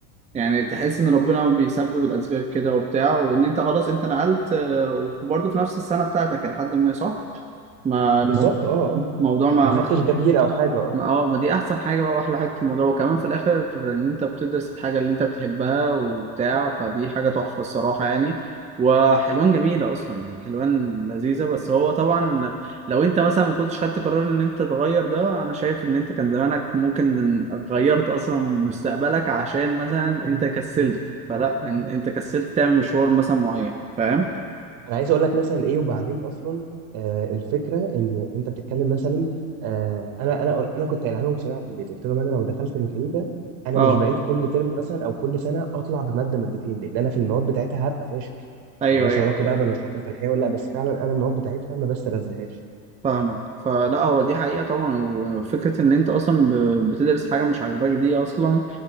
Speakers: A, on the right; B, on the right.
A: يعني تحس ان ربنا بيسبب الاسباب كده وبتاع وان انت خلاص انت نقلت آه، وبرضه في نفس السنة بتاعتك لحد ما صح ما
B: بالظبط
A: الموضوع
B: اه اه
A: الموضوع ما
B: ما خدتش
A: ما
B: جبير او حاجه اه
A: ما اه ما دي احسن حاجه بقى واحلى حاجه في الموضوع وكمان في الاخر ان انت بتدرس الحاجه اللي انت بتحبها وبتاع فدي حاجه تحفه الصراحه يعني وحلوان جميله اصلا يعني حلوان لذيذه بس هو طبعا لو انت مثلا ما كنتش خدت قرار ان انت تغير ده انا شايف ان انت كان زمانك ممكن غيرت اصلا مستقبلك عشان مثلا انت كسلت فلا إن- انت كسلت تعمل مشوار مثلا معين فاهم
B: انا عايز اقول لك مثلا ايه وبعدين اصلا آه الفكره ان انت بتتكلم مثلا آه انا انا انا كنت قايلها لهم صراحه في البيت قلت لهم انا لو دخلت ميكانيكا انا
A: اه
B: مش بعيد كل ترم مثلا او كل سنه اطلع بماده مادتين لان انا في المواد بتاعتها هبقى فاشل
A: ايوه
B: ملهاش
A: ايوه
B: علاقه بقى بأنا شاطر في الحياه ولا لا بس فعلا انا المواد بتاعتها ما بستلذهاش
A: فاهمك فلا هو دي حقيقة طبعا وفكرة ان انت اصلا ب- بتدرس حاجة مش عاجباك دي اصلا